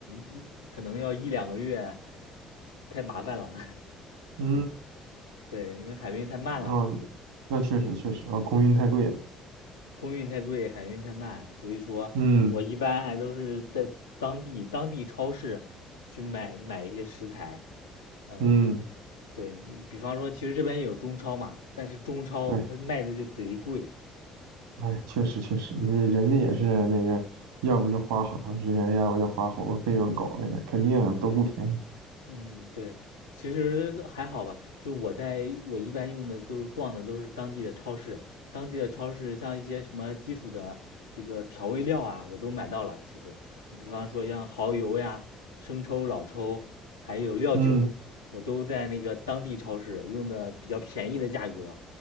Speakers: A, on the left (about 85°); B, on the right (about 75°).
A: 一可能要一两个月，太麻烦了。
B: 嗯，
A: <laughs> 对，因为海运太慢了嘛，
B: 哦，那确实确实，啊，空运太贵了，
A: 空运太贵，海运太慢，所以说我一般还都是在当地当地超市去买买一些食材。
B: 嗯
A: 嗯，
B: 嗯，
A: 对你，比方说，其实这边也有中超嘛，但是中超它卖的就贼贵，
B: 对，哎，确实确实，人人家也是那个，要不就花好长时间，要不就花好多费用搞来的，肯定都不便宜，
A: 嗯，对，其实还好吧。就是我在我一般用的都是逛的都是当地的超市，当地的超市像一些什么基础的这个调味料啊，我都买到了。其实，你比方说像蚝油呀、生抽、老抽，还有料酒，
B: 嗯
A: 我都在那个当地超市用的比较便宜的价格